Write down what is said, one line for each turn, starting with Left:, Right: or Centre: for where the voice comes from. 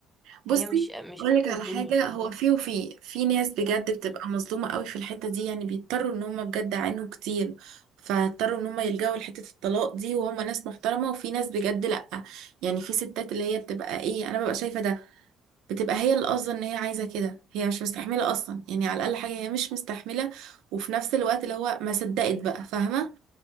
Right: بصي
Centre: هي مش مش
Right: أقولك
Centre: آخر
Right: على
Centre: الدنيا
Right: حاجة هو
Centre: فاهمة
Right: في وفي في ناس بجد بتبقى
Centre: مم.
Right: مظلومة قوي في الحتة دي يعني بيضطروا ان هم بجد عانوا كتير فاضطروا ان هم يلجأوا لحتة الطلاق دي وهم ناس محترمة وفي ناس بجد لأ يعني في ستات اللي هي بتبقى ايه انا ببقى شايفة ده بتبقى هي اللي قاصده ان هي عايزه كده هي مش مستحمله اصلا يعني على الاقل حاجه هي مش مستحمله وفي نفس الوقت اللي هو ما صدقت بقى فاهمه